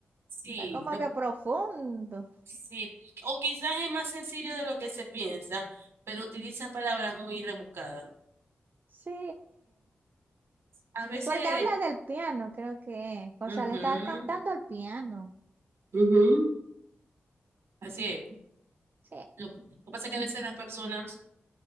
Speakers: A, on the right; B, on the right.
A: Sí,
B: Está como
A: lo-
B: que profundo.
A: sí, o quizás es más sencillo de lo que se piensa, pero utiliza palabras muy rebuscadas.
B: Sí,
A: A veces...
B: porque habla del piano, creo que es. O
A: Ujú.
B: sea, le está cantando al piano.
A: Ujú. Así es.
B: Sí,
A: Lo, lo que pasa es que a veces las personas